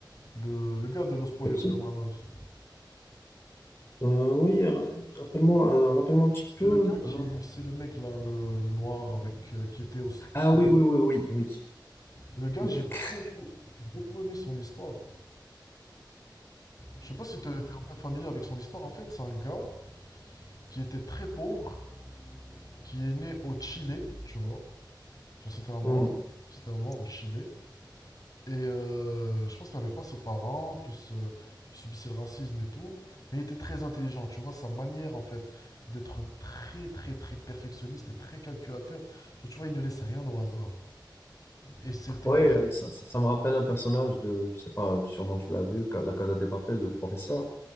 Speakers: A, on the left (about 50°); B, on the left (about 30°).
A: le, le gars de Los Pollos
B: le petit.
A: Hermanos.
B: Euh, oui, r- rappelle-moi, euh, rappelle-moi un petit peu.
A: C'est le gars
B: non.
A: qui, c'est le mec là, le, le noir avec euh, qui était au.
B: Ah oui, oui, oui, oui, oui.
A: Le gars,
B: Mais...
A: j'ai beaucoup, beaucoup aimé son histoire. Je sais pas si tu es familier avec son histoire. En fait, c'est un gars qui était très pauvre qui est né au Chili, tu vois. Genre, c'était un noir.
B: Oui.
A: C'était un noir au Chili. Et euh, je pense qu'il n'avait pas ses parents, plus euh, il subissait le racisme et tout. Mais il était très intelligent, tu vois. Sa manière, en fait, d'être très, très, très perfectionniste et très calculateur. Genre, tu vois, il ne laisse rien au hasard. Et c'était.
B: Oui,
A: à-
B: ça, ça- ça me rappelle un personnage de, je sais pas, sûrement tu l'as vu, Ca- la Casa de Papel, le professeur.